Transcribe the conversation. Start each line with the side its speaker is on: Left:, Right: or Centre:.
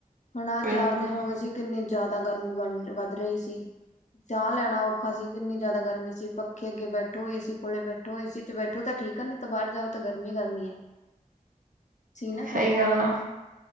Left: ਹੁਣ ਆਹ
Right: ਬਿਲਕੁਲ
Left: ਚਾਰ ਦਿਨ ਹੋ ਗਏ ਸੀ। ਕਿੰਨੀ ਜ਼ਿਆਦਾ ਗਰਮੀ ਬਣ ਵੱਧ ਰਹੀ ਸੀ ਸਾਹ ਲੈਣਾ ਉ ਪਔੱਖਾ ਸੀ ਕਿੰਨੀ ਜ਼ਿਆਦਾ ਗਰਮੀ ਸੀ ਪੱਖੇ ਅੱਗੇ ਬੈਠੋ ਏਸੀ ਕੋਲੇ ਬੈਠੋ ਏਸੀ ਚ ਬੈਠੋ ਤਾਂ ਠੀਕ ਨਿ ਤਾਂ ਬਾਹਰ ਜਾਓ ਤਾਂ ਗਰਮੀ ਗਰਮੀ ਹੈ ਸੀ ਨਾ ਫਾਇਦਾ
Right: ਸਹੀ ਗੱਲ
Left: ਹੁਣ
Right: ਆ